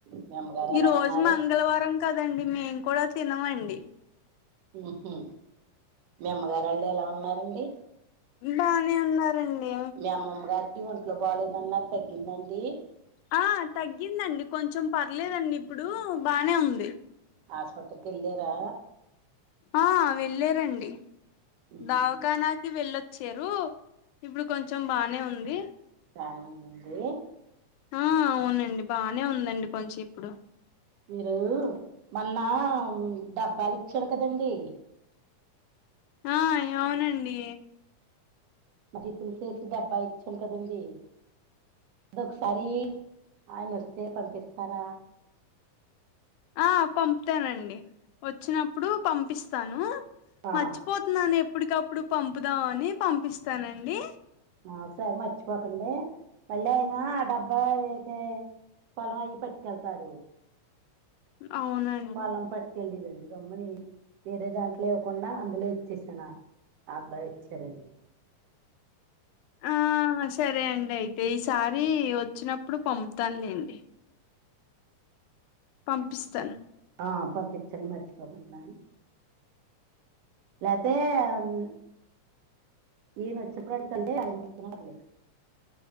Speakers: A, on the right; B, on the left.
A: మీ అమ్మగారు
B: ఈ
A: ఎలా
B: రోజు
A: ఉన్నారు
B: మంగళవారం కదండి మేము కూడా తినమండి
A: ఊహూ మీ అమ్మగారు వాళ్ళు ఎలా ఉన్నారండి
B: బానే ఉన్నారండి
A: మీ అమ్మమ్మ గారికి ఒంట్లు బాలేదన్నారు తగ్గింద అండి
B: ఆ తగ్గిందండి కొంచెం పర్లేదండి ఇప్పుడు బానే ఉంది
A: ఆస్పత్రకి ఎల్లార
B: ఆ వెళ్ళరండి
A: ఉమ్
B: దావఖానాకి వెళ్ళొ చ్చరు ఇప్పుడు కొంచెం బానే ఉంది
A: బానే ఉంద అండి
B: ఆ అవునండి బానే ఉందండి కొంచెం ఇప్పుడు
A: మీరు మొన్న డబ్బాలు ఇచ్చాను కదండీ
B: ఆ అవునండి
A: మరి పులిసేసి డబ్బా ఇచ్చాను కదండీ అది ఒకసారి ఆయన వస్తే పంపిస్తారా
B: ఆ పంపుతానండి వచ్చినప్పుడు పంపిస్తాను
A: ఆ
B: మర్చిపోతున్నాను ఎప్పడికప్పుడు పంపుదాం అని పంపిస్తానండి
A: ఆ సరి మర్చిపోకండి మళ్ళీ అయినా ఆ డబ్బా అయితే పలం అయి పెట్టుకెళ్తారు
B: అవునా
A: పలం పట్టుకెళ్ళిదండి గమ్మని వేరే దాంట్లో ఇవకుండా అందులో ఇచ్చేసాను ఆ అబ్బాయి వచ్చారని
B: ఆ సరే అండి అయితే ఈసారి వచ్చినప్పుడు పంపుతానులేండి పంపిస్తాన్
A: ఆ పంపించండి మర్చిపోకుండా అని <unintelligible>